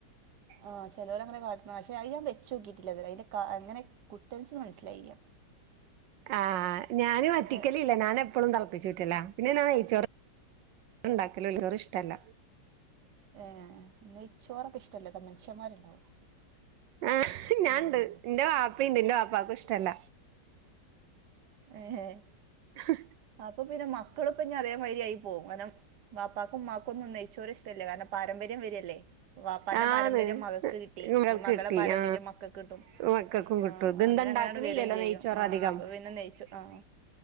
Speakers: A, on the right (about 70°); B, on the right (about 85°).
A: ആഹ് ചലവരങ്ങനെ കാട്ട പക്ഷെ അത് ഞാൻ വെച്ചോക്കിയിട്ടില്ല ഇതുവരേ അതിന്റെ ക അങ്ങനെ കുട്ടൻസ് മനസ്സിലായില്ല
B: അഹ് ആഹ് ഞാന് വറ്റിക്കല്ല്ല്യ
A: ചെ
B: ഞാന് എപ്പഴും തിളപ്പിച്ചുറ്റല്ല പിന്നെ ഞാൻ നയിച്ചോറ് <unintelligible> ഇഷ്ടല്ല
A: ഏ നെയ്ച്ചോറൊക്കെ ഇഷ്ടല്ലാത മനുഷ്യന്മാരുണ്ടാവോ
B: ആഹ് ഞൻണ്ട്
A: ഉം
B: എന്റെ വാപ്പിണ്ട് ന്റെ വാപ്പാക്കും ഇഷ്ടല്ല
A: എഏഹ്
B: ഹ
A: അപ്പൊ പിന്നെ മക്കളിപ്പൊ ഞ്ഞി അതെ മായ്രി പോകും കാരണം വാപ്പാക്കും മ്മാക്കൊന്നും നെയിചോറ് ഇഷ് കാരണം പാരമ്പര്യം വെരല്ലേ വാപ്പാന്റെ
B: ആന്ന്
A: പാരമ്പര്യം മകക്ക് കിട്ടി
B: ഇങ്ങൾക്ക്
A: മക്കൾടെ
B: കിട്ടി
A: പാരമ്പര്യം
B: ആ
A: മക്ക കിട്ടും
B: മക്കൾക്കും കിട്ടും
A: ആഹ്
B: ഇതെന്താ
A: അങ്ങനങ്ങനട്
B: ഇണ്ടാക്കണില്ലല്ലോ
A: വരും ചെയ്യും
B: നെയ്ച്ചോറ്
A: ആഹ്
B: അധികം
A: അപ്പൊ പിന്നെ നെയിച് ആഹ്